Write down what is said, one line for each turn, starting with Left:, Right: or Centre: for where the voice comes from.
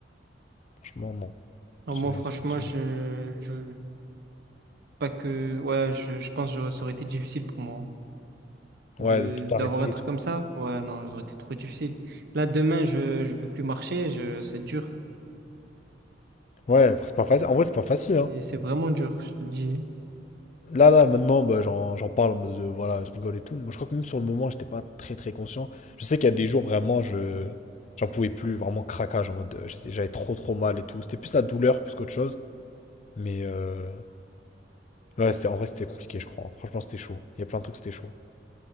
Left: Franchement, non.
Right: Non,
Left: C'est...
Right: moi, franchement,
Left: c'est pas sûr.
Right: je, je, pas que, ouais, je, je pense que ça aurait été difficile pour moi hein, de,
Left: Ouais, de tout
Right: d'avoir
Left: arrêter
Right: un truc
Left: et tout.
Right: comme ça. Ouais, non, ça aurait été trop difficile. Là, demain, je, je peux plus marcher, je, c'est dur.
Left: Ouais, c'est pas facile. En vrai, c'est pas facile, hein.
Right: Et c'est vraiment dur, je te le dis.
Left: Là, là, maintenant, bah, j'en, j'en parle en mode, de, voilà, je rigole et tout. Moi, je crois que même sur le moment, j'étais pas très, très conscient. Je sais qu'il y a des jours, vraiment, je... J'en pouvais plus, vraiment craquage, en mode, euh, j'étais- j'avais trop, trop mal et tout. C'était plus la douleur, plus qu'autre chose. Mais euh, Ouais, c'était, en vrai, c'était compliqué, je crois. Franchement, c'était chaud. Il y a plein de trucs, c'était chaud.